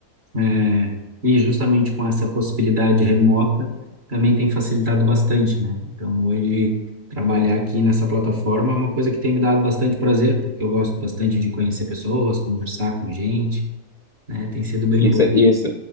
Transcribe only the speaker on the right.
né? e justamente com essa possibilidade remota também tem facilitado bastante, né? Então hoje trabalhar aqui nessa plataforma é uma coisa que tem me dado bastante prazer, porque eu gosto bastante de conhecer pessoas, conversar com gente, né? Tem sido bem
bom.